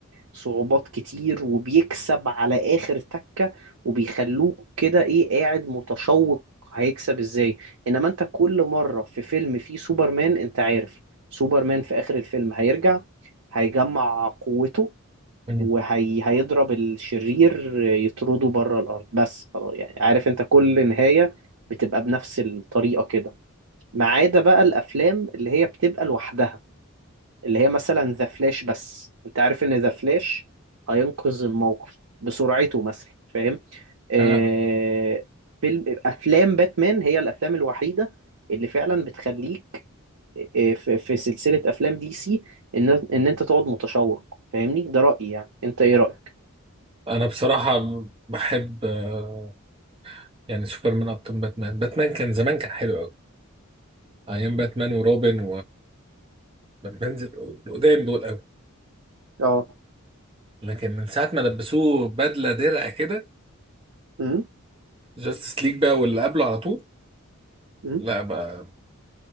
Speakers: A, on the right; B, on the right.
A: صعوبات كتير وبيكسب على آخر تكة وبيخلوك كده ايه قاعد متشوق هيكسب ازاي انما انت كل مرة في فيلم فيه سوبرمان انت عارف سوبرمان في آخر الفيلم هيرجع هيجمع قوته
B: مم.
A: وهيضرب الشرير يطرده بره الارض بس خلاص يعني عارف انت كل نهايه بتبقى بنفس الطريقه كده ما عدا بقى الافلام اللي هي بتبقى لوحدها اللي هي مثلا ذا فلاش بس انت عارف ان ذا فلاش هينقذ الموقف بسرعته مثلا فاهم آه
B: آه.
A: فيلم افلام باتمان هي الافلام الوحيده اللي فعلا بتخليك آه، في في سلسله افلام دي سي ان ان انت تقعد متشوق فاهمني ده رايي يعني انت ايه رايك
B: انا بصراحه بحب آه، يعني سوبرمان اكتر من باتمان باتمان كان زمان كان حلو ايام باتمان وروبن وبنزل القدام دول قوي
A: اه
B: لكن من ساعه ما لبسوه بدله درع كده
A: امم
B: جاستس ليج بقى واللي قبله على طول
A: امم
B: لا بقى